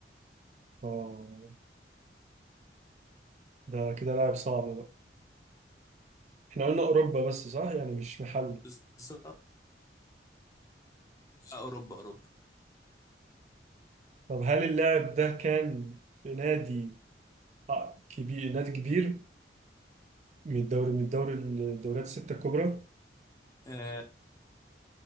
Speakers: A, on the right; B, on the left.
A: اه ده كده لاعب صعب بقى احنا قلنا اوروبا بس صح؟ يعني مش محلي
B: بالظبط آه، أوروبا أوروبا
A: طب هل اللاعب ده كان في نادي آه، كبير نادي كبير من الدوري من الدوري الدوريات الستة الكبرى؟
B: آه،